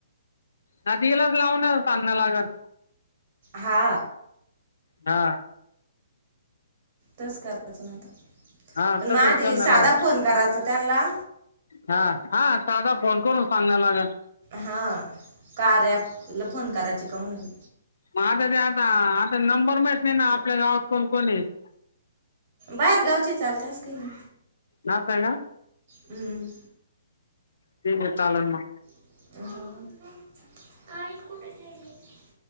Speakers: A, on the left (about 80°); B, on the right (about 20°).
A: ना तलाच लावून चांगना लागल
B: हा
A: हा
B: तच करायचं माझ
A: हा
B: पण
A: तसंच
B: मा आधी
A: करणं
B: साधा
A: लागल
B: फोन करायचा त्यांना
A: हा हा साधा फोन करून सांगाय लागेल
B: हा का रे तुला फोन करायचे का म्हणून
A: म आता ते आता आता नंबर माहत नाही ना आपल्या गावात कोण कोणीआहेत
B: बाहेरगावचेचाल चास कीन
A: ना काय ना
B: हम्म
A: ते ज चालना
B: हो